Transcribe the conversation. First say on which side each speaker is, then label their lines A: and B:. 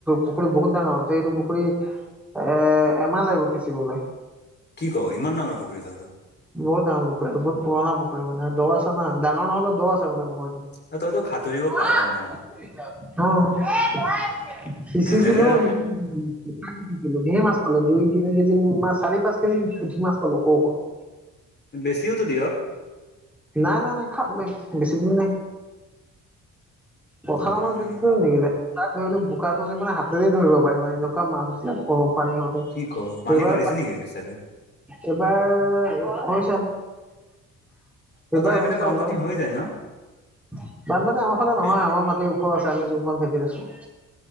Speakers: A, in the centre; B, on the left.
A: পুখুৰী বহুত ডাঙৰ সেইটো পুখুৰী এ এমাহা লাগিব সিচিবলে।
B: কি ক ইমান ডাঙৰ পুখুৰী তহঁতৰ
A: বহুত ডাঙৰ পুখুৰীটো বহুত পুৰণা পুখুৰী মানে দ আছে না। ডাঙৰ নহলেও দ' আছে মানে বহুত
B: অ', তইতো সাঁতুৰিব
A: অ',
B: পাৰ না
A: কি কৰিছা? উ'ম এ! গৈ আছো। সিঁচিছিলোনেকি
B: হেৰা
A: <inaudible> ধেৰ মাছ। হলে দুই, তিনি কেজি মা চাৰি, পাঁচ কেজি পুঠি মাছ পালো সৰু, সৰু
B: বেছিওতো দিয়।
A: নাই, নাই, নাই খাবলৈ বেছি দিন নাই।
B: বেছি
A: পথাৰৰ
B: বলে
A: মাছ
B: নাই
A: বিক্ৰী কৰিম নেকি? দে। তাত ধৰি ললে বোকা খুচি মানে হাতেৰে ধৰিব পাৰি মান এনেকুৱা মাছ পানী হওঁতে
B: কি ক পানী
A: এইবাৰ,
B: বাঢ়িছে নেকি এইটো চাইডে
A: এইবাৰ। ঔ চামো।
B: তহঁতৰ
A: এইবাৰ
B: সেইপিনে
A: হৈছে
B: বানপানী
A: অলপ
B: হৈ যায় ন
A: বানপানী আমাৰ ফালে নহয়
B: এই
A: আমাৰ মাটিৰ ওখ আছে। আমি যুগমন ভেটিত আছো।